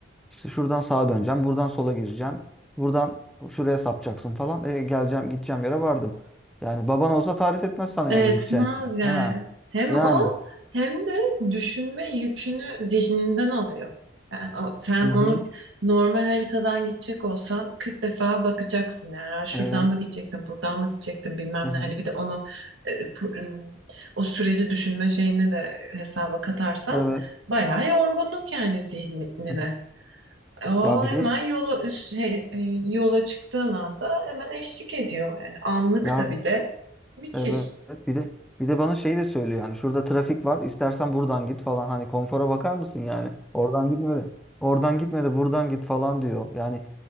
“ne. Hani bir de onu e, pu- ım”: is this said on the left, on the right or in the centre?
Right